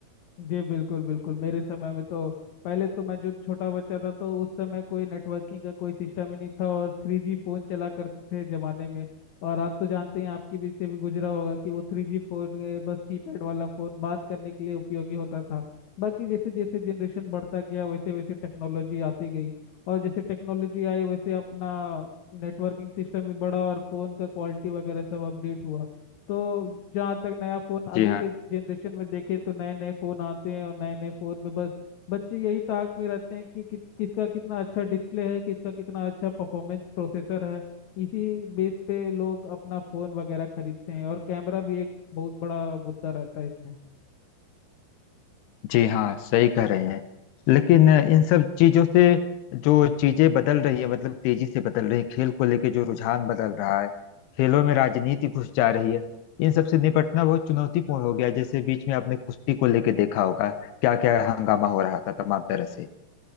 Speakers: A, on the left; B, on the left.
A: जी बिल्कुल बिल्कुल मेरे समय में तो पहले तो मैं जब छोटा बच्चा था तो उस समय कोई नेटवर्किंग का कोई सिस्टम ही नहीं था और थ्री जी फोन चला करते थे जमाने में और आप तो जानते हैं आपके बीच से भी गुजरा होगा कि वो थ्री जी फोन अ, बस कीपैड वाला फोन बात करने के लिए उपयोगी होता था बाकी जैसे जैसे जनरेशन बढ़ता गया वैसे वैसे टेक्नोलॉजी आती गई और जैसे टेक्नोलॉजी आई वैसे अपना नेटवर्किंग सिस्टम भी बढ़ा और फोन का क्वालिटी वगैरह सब अपडेट हुआ तो जहाँ तक नया फ़ोन
B: जी
A: अभी के जनरेशन में देखे तो नए नए फ़ोन आते हैं और नए नए फ़ोन में बस बच्चे यही ताक में रहते हैं कि, कि किसका कितना अच्छा डिस्प्ले है किसका कितना अच्छा परफॉर्मेंस प्रोसेसर है इसी बेस पे लोग अपना फ़ोन वगैरह खरीदते हैं और कैमरा भी एक बहुत बड़ा मुद्दा रहता है इसमें
B: जी हाँ सही कह रहे हैं लेकिन इन सब चीजों से जो चीजें बदल रही है मतलब तेजी से बदल रही है खेल को लेके जो रुझान बदल रहा है खेलों में राजनीति घुस जा रही है इन सब से निपटना बहुत चुनौतीपूर्ण हो गया है। जैसे बीच में आपने कुश्ती को लेके देखा होगा क्या क्या हंगामा हो रहा था तमाम तरह से